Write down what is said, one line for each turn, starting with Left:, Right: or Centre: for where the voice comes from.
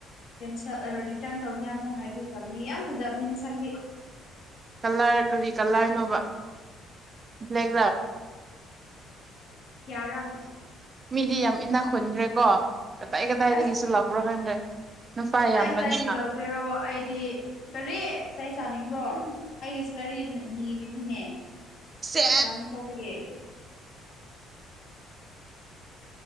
Left: ꯀꯦꯟꯁꯦꯜ ꯔꯔꯤꯇꯔꯟ ꯇꯧꯅꯤꯌꯥ ꯃꯣꯍꯩ ꯈꯞꯅꯤ ꯌꯥꯝꯕꯖꯕꯅꯤꯝ ꯁꯥꯒꯤꯦ
Right: ꯀꯂꯔ ꯀꯔꯤ ꯀꯂꯔꯅꯣꯕ ꯕ꯭ꯂꯦꯛ
Left: ꯀꯌꯥ꯭ꯔꯥ
Right: ꯃꯤꯗꯤ ꯌꯥꯝ ꯏꯅꯥ ꯈꯨꯨꯟꯈ꯭ꯔꯦ ꯀꯣ ꯀꯗꯥꯏ ꯀꯗꯥꯏꯗꯒꯤꯁꯨ
Left: ꯑꯁ
Right: ꯂꯧꯕ꯭ꯔꯣ ꯈꯪꯗ꯭ꯔꯦ ꯅꯨꯄꯥ
Left: ꯀꯗꯥꯏ
Right: ꯌꯥꯝꯕꯅꯤꯅ
Left: ꯀꯗꯥꯏꯒꯤ ꯂꯧꯒꯦꯔꯣ ꯑꯩꯗꯤ ꯀꯔꯤ ꯏꯁꯩ ꯆꯥꯅꯤꯡꯕ꯭ꯔꯣ ꯑꯩꯒꯤ ꯁꯤꯂꯔꯤ ꯅꯤꯔꯤꯅꯤꯅꯦ
Right: ꯁꯦ
Left: ꯅ ꯄꯣꯄꯒꯦ